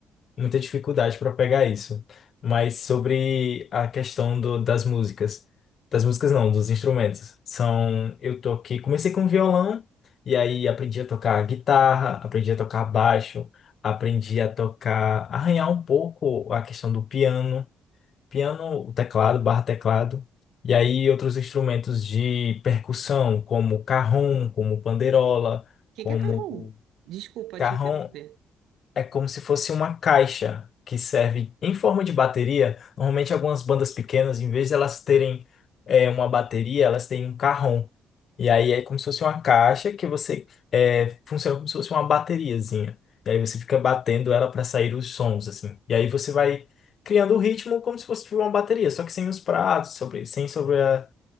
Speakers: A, on the left; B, on the right.
A: muita dificuldade para pegar isso. Mas sobre a questão do, das músicas, das músicas não, dos instrumentos. São, eu toquei, comecei com violão e aí aprendi a tocar guitarra, aprendi a tocar baixo, aprendi a tocar, arranhar um pouco a questão do piano, piano, o teclado, barra teclado. E aí outros instrumentos de percussão, como carrom, como panderola,
B: O que
A: como
B: que é carrom? Desculpa
A: carrom,
B: te interromper.
A: é como se fosse uma caixa que serve em forma de bateria. Normalmente, algumas bandas pequenas, em vez de elas terem é, uma bateria, elas têm um carrom. E aí é como se fosse uma caixa que você é, funciona como se fosse uma bateriazinha. E aí você fica batendo ela para sair os sons, assim. E aí você vai criando o ritmo como se fosse tipo uma bateria, só que sem os pratos, sobre, sem sobre a-